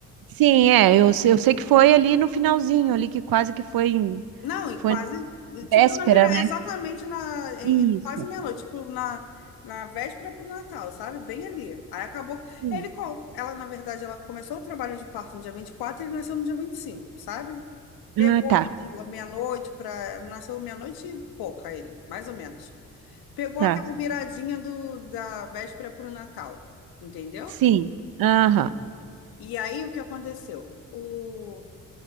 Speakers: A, on the right (about 75°); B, on the left (about 90°).
A: Sim, é, eu, se- eu sei que foi ali no finalzinho, ali que quase que foi em,
B: Não, e
A: foi
B: quase,
A: na
B: tipo,
A: véspera,
B: na virada,
A: né?
B: exatamente na, em-
A: Isso.
B: em- quase meia-noite, tipo, na, na véspera pro Natal, sabe? Bem ali. Aí acabou,
A: Sim.
B: ele, co- ela, na verdade, ela começou o trabalho de parto no dia vinte e quatro, e ele nasceu no dia 25, sabe? Pegou
A: Ah, tá,
B: ali de meia-noite pra, nasceu meia-noite e pouca ele, mais ou menos. Pegou
A: tá.
B: aquela viradinha do, da véspera pro Natal, entendeu?
A: Sim. Aham.
B: E aí o que aconteceu? O,